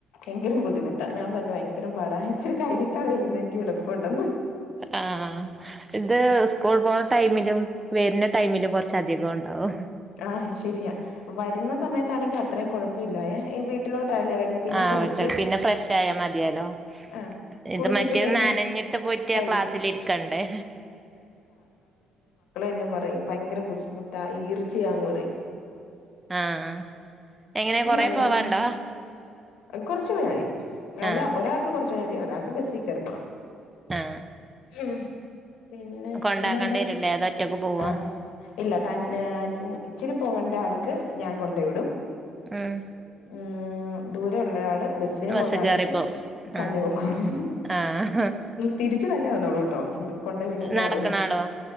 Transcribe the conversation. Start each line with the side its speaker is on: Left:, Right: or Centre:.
Left: എങ്കിലും ബുദ്ധിമുട്ടാ ഞാൻ പർ ന് ഭയങ്കര പടാ ഇച്ചിരി കിഞ്ഞിട്ടാ വെയ്യുന്നെങ്കി എളുപ്പോണ്ടോ
Right: ആഹ് ഇത് സ്കൂൾ പോണ ടൈമിലും വര്ന ടൈമില് കുറച്ച അധികോം ണ്ടാവും.
Left: ആഹ് ശരിയാ. വരുന്ന സമയത്താണെങ്കി അത്രയും കൊഴപ്പമില്ലായെ. ഇ വീട്ടിലോട്ടല്ലേ വരുന്നെ. പിന്നെ
Right: ആ <unintelligible>
Left: കുളിച്ച്
Right: പിന്നെ ഫ്രഷായാ മതിയാലോ.
Left: ആഹ്
Right: ഇത്
Left: കുളിച്ചിട്ട്
Right: മറ്റേ
Left: പിന്നെ
Right: നാനഞ്ഞിട്ട് പോയിട്ടാ
Left: കഴിക്കും
Right: ക്ലാസ്സിലിരിക്കണ്ടേ.
Left: ന്നെപറയും ഭയങ്കര ബുദ്ധിമുട്ടാ ഈർ ചയാന്ന് പറയും.
Right: ആഹ് എങ്ങനെ കൊറെ
Left: അതുകൊണ്ട്ച്ച
Right: പോവാണ്ടോ
Left: കുറച്ച് പോയാ മതി. അല്ല
Right: ആഹ്
Left: ഒരാൾക്ക് കുറച്ചോ യാതി. ഒരാൾക്ക് ബസ്സി കേറി പോണം.
Right: ആഹ്
Left: ഉം പിന്നെ
Right: കൊണ്ടാക്കേണ്ടി
Left: ഇന്നെന്താ?
Right: വരൂല്ലേ അതോ ഒറ്റക്ക് പോവോ
Left: ആഹ് ഇല്ല. തൻ ന്ന് ഇച്ചിരി പോകേണ്ട ആൾക്ക് ഞാൻ കൊണ്ടോയി വിടും.
Right: ഉം
Left: ഊം ദൂരെയുള്ളൊരാള് ബസ്സിന്
Right: ബസ്
Left: പോവുന്ന ആൾ
Right: കേറിപ്പോവും
Left: ക്ക് തന്നെ
Right: ആഹ്
Left: പൊക്കോളും.
Right: ആഹ്
Left: തിര് ച്ച് തന്നെ വന്നോളൂട്ടോ. കൊണ്ട് വിടണ്ട
Right: നടക്കണ
Left: ആളും.
Right: ആളോ